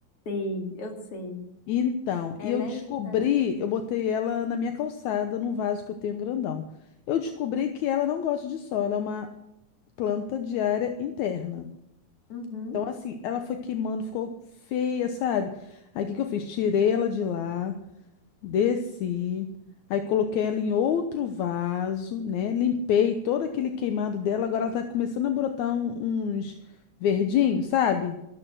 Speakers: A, on the left; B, on the left.
A: Sei, eu sei.
B: Então,
A: Ela
B: e eu descobri,
A: é linda, né?
B: eu botei ela na minha calçada, num vaso que eu tenho grandão. Eu descobri que ela não gosta de sol, ela é uma planta de área interna.
A: Uhum,
B: Então, assim, ela foi queimando, ficou feia, sabe? Aí, o que que eu fiz? Tirei ela de lá. Desci, aí coloquei ela em outro vaso, né? Limpei todo aquele queimado dela. Agora ela tá começando a brotar um- uns verdinhos, sabe?